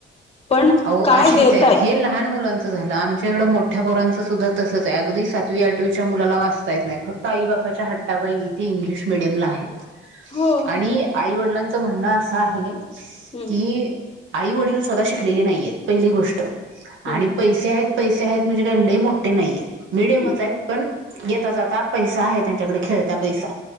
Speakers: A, on the left; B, on the right.
A: पण
B: अ
A: काय
B: अेच
A: देताय
B: आहेत हे लहान मुलांच झालं आमच्या इकडं मोठ्या पोरांचं सुद्धा- तसंच आहे अगदी सातवी आठवीच्या मुलाला वाचता येत नाही फक्त आई बापाच्या हट्टाबाईथे इंग्लिश मिीडियमला आहे.
A: हो
B: आणि आई वडिलांच म्हणणं असं आहे
A: हम्म
B: की आई वडील- स्वतः शिकलेली नाही आहेत पहिली गोष्ट
A: हम्म
B: आणि पैसे आहेत पैसे आहेत म्हणजे कडले मोठठे नाही आहेत. मिीडियमच
A: हम्म
B: आहेत पण येता जाता पैसा आहे त्यांच्याकडे खेळता पैसा-